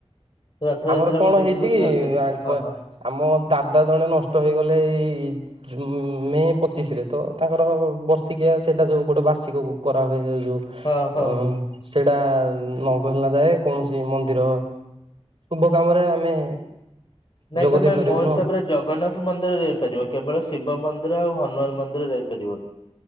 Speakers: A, on the left; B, on the right.
A: ରଥଯାତ୍ରା
B: ଆମର କଣ
A: ମୁଁ ଯିବୁବୋଲି
B: ହେଇଛି କି
A: ଭାବିଥିଲି
B: ଆ କ
A: ହଁ ହଁ।
B: ଆମ ଦାଦା ଜଣେ ନଷ୍ଟ ହେଇଗଲେ ଏଇ। ଜୁଉଁ ମେ ପଚିଶ ରେ ତ ତାଙ୍କର ବର୍ଷିକିଆ ସେଇଟା ଯୋଉଁ ଗୋଟେ ବାର୍ଷିକ କରାହୁଏ ଯୋଉ।
A: ହଁ ହଁ।
B: ଅ ସେଟା ନ ଗଲା ଯାଏ କୌଣସି ମନ୍ଦିର। ଶୁଭ କାମରେ ଆମେ
A: ନାଇଁ
B: ଯୋଗ
A: ତମେ
B: ଦେଇ ପାରିବୁନୁ
A: ମୋ ହିସାବରେ ଜଗନ୍ନାଥ ନାଥ ମନ୍ଦିର ଯାଇପାରିବ କେବଳ ଶିବ ମନ୍ଦିର ଆଉ ହନୁମାନ ମନ୍ଦିର ଯାଇପାରିବନି।